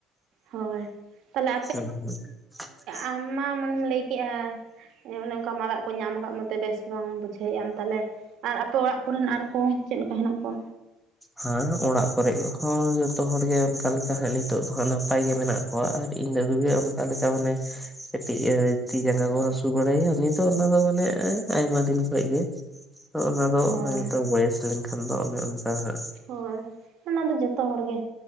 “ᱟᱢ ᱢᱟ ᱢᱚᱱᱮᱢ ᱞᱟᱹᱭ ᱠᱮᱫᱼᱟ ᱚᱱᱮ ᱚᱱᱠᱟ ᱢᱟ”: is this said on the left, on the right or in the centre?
Right